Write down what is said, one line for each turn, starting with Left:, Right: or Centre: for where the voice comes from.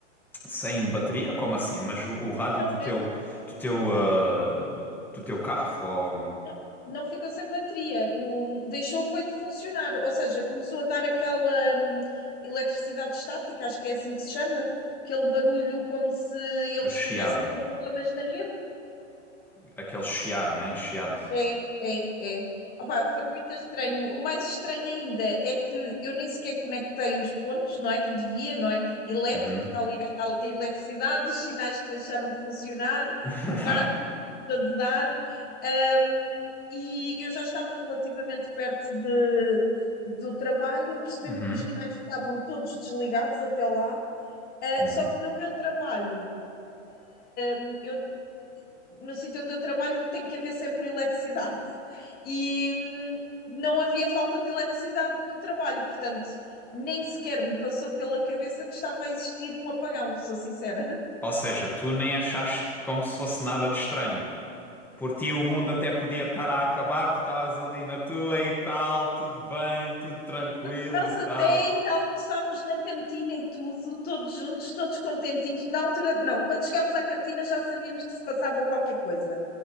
Centre: sem bateria? Como assim? Mas o, o rádio
Left: Não,
Centre: do teu,
Left: eh,
Centre: do teu, ah, do teu carro? Ou
Left: não, não ficou sem bateria. O, deixou foi de funcionar, ou seja, começou a dar aquela hum, eletricidade estática, acho que é assim que se chama, aquele barulho como se eles
Centre: é chiado?
Left: estivessem com problemas na rede.
Centre: Aquele chiar, né? Chiado.
Left: É, é, é. Opa, foi muito estranho. O mais estranho ainda é que eu nem sequer conectei os pontos, não é? Que devia, não é? Elétrico,
Centre: Uhum.
Left: está ligado à eletricidade, os sinais que deixaram de funcionar,
Centre: <laughs>
Left: o rádio está de dar. hum, e eu já estava relativamente perto de, do trabalho, apercebi-me
Centre: Uhum.
Left: que os sinais estavam todos desligados até lá, ah,
Centre: Uhum.
Left: só que no meu trabalho. hum, eu no sítio onde eu trabalho tem que haver sempre eletricidade. E hum, não havia falta de eletricidade no trabalho, portanto, nem sequer me passou pela cabeça que estava a existir um apagão, sou sincera.
Centre: Ou seja, tu nem achaste como se fosse nada de estranho. Por ti o mundo até podia estar a acabar, tu estavas ali na tua e tal, tudo bem, tudo tranquilo
Left: <laughs> Nós
Centre: e tal.
Left: até ainda almoçámos na cantina e tudo, todos juntos, todos contentinhos. Na altura, não, quando chegámos à cantina já sabíamos que se passava qualquer coisa.